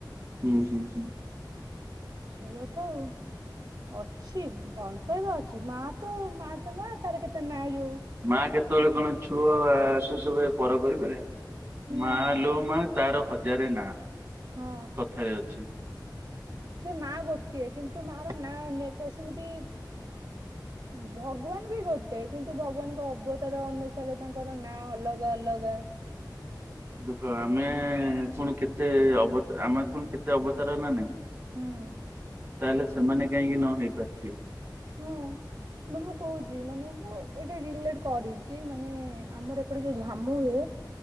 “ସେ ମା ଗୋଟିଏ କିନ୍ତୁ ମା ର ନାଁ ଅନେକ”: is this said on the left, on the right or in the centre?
Right